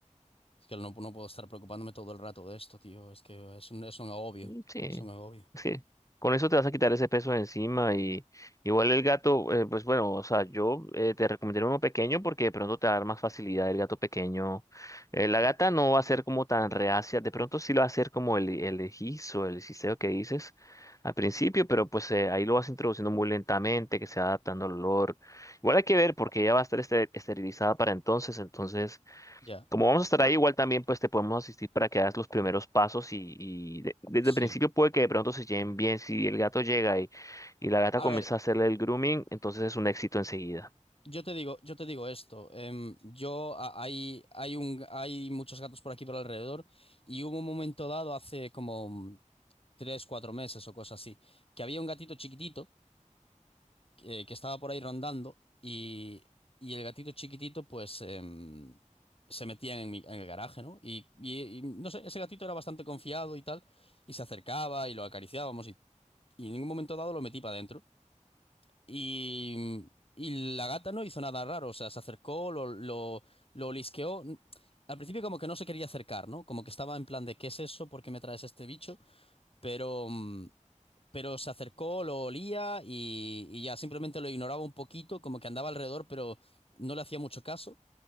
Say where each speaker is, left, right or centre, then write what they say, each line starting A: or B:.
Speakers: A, on the left (about 45°); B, on the left (about 25°).
A: es que no, no puedo estar preocupándome todo el rato de esto, tío. Es que es un, es un agobio.
B: Mm, Sí,
A: Es un agobio.
B: es que con eso te vas a quitar ese peso de encima y igual el gato, eh, pues bueno, o sea, yo eh, te recomendaría uno pequeño porque de pronto te va a dar más facilidad el gato pequeño. Eh, la gata no va a ser como tan reacia, de pronto sí lo va a hacer como el, el egiz o el cisteo que dices al principio, pero pues eh, ahí lo vas introduciendo muy lentamente, que se va adaptando al olor. Igual hay que ver porque ella va a estar este- esterilizada para entonces, entonces...
A: Ya,
B: Como vamos a estar ahí, igual también pues te podemos asistir para que hagas los primeros pasos y, y de- desde
A: sí.
B: el principio puede que de pronto se lleven bien. Si el gato llega y, y la gata
A: A
B: comienza
A: ver,
B: a hacerle el grooming, entonces es un éxito enseguida.
A: Yo te digo, yo te digo esto. em, yo a- hay, hay un, hay muchos gatos por aquí por alrededor y hubo un momento dado hace como tres, cuatro meses o cosas así, que había un gatito chiquitito que, que estaba por ahí rondando y, y el gatito chiquitito pues em, se metía en mi- en el garaje, ¿no? Y, y- y no sé, ese gatito era bastante confiado y tal y se acercaba y lo acariciábamos y, y en un momento dado lo metí para adentro. Y, y la gata no hizo nada raro, o sea, se acercó, lo, lo, lo olisqueó. Al principio como que no se quería acercar, ¿no? Como que estaba en plan de ¿qué es eso? ¿Por qué me traes este bicho? Pero, mm, pero se acercó, lo olía y, y ya simplemente lo ignoraba un poquito, como que andaba alrededor, pero no le hacía mucho caso.